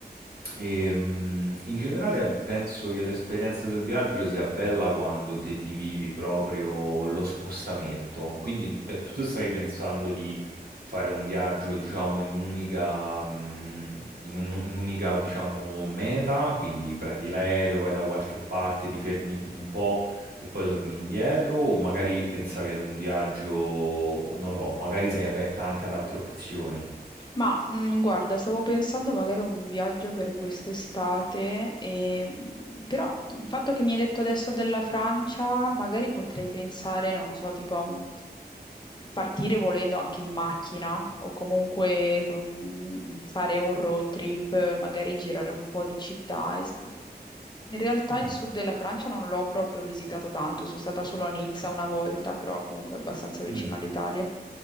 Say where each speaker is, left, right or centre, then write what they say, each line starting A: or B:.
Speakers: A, on the right (about 65°); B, on the left (about 25°).
A: E, mm, in generale penso che l'esperienza del viaggio sia bella quando te ti vivi proprio lo spostamento. Quindi pe- tu stavi pensando di fare un viaggio, diciamo, in un'unica, mm, in un- un'unica, diciamo, meta, quindi prendi l'aereo, vai da qualche parte, ti fermi un po' e poi torni indietro, o magari pensavi ad un viaggio, non lo so, o magari sei aperta anche ad altre opzioni.
B: Ma mm, guarda, stavo pensando magari a un viaggio per quest'estate, e, mm, però il fatto che mi hai detto adesso della Francia, magari potrei pensare, non lo so, tipo a un... partire volendo anche in macchina o comunque con- fare un road trip, magari girare un po' di città. E s- In realtà
A: Mm,
B: il sud della Francia non l'ho proprio visitato tanto, sono stata solo a Nizza una volta, però comunque è abbastanza vicino
A: mm.
B: all'Italia.